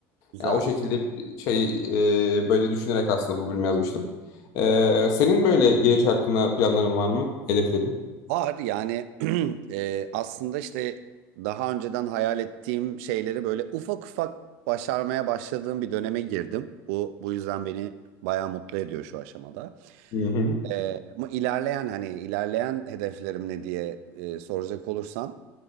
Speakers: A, on the right (about 80°); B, on the left (about 55°).
A: Güzel.
B: Ya o şekilde bir şey e, böyle düşünerek aslında bu bölümü yazmıştım. E, senin böyle gelecek hakkında planların var mı? Hedeflerin?
A: Var yani <clears throat> e, aslında işte daha önceden hayal ettiğim şeyleri böyle ufak ufak başarmaya başladığım bir döneme girdim. Bu bu yüzden beni bayağı mutlu ediyor şu aşamada.
B: Hı hı.
A: Ee, ama ilerleyen hani ilerleyen hedeflerim ne diye e, soracak olursan